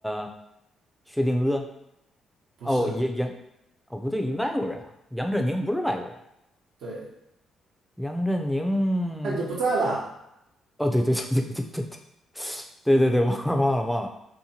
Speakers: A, in the centre; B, on the right.
A: 呃，薛定谔。
B: 不是，
A: 哦，杨杨，哦不对，外国人啊，杨振宁不是外国人，
B: 对，
A: 杨振宁，
B: 他已经不在了。
A: 哦对对对对对对对，对对对，忘了忘了忘了，